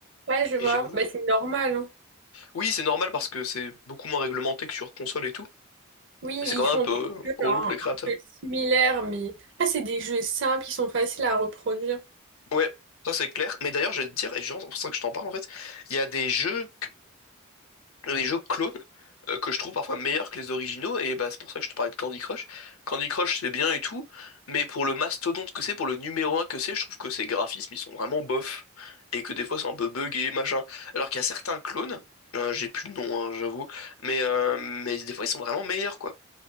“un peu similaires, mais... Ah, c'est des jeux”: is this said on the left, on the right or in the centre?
Right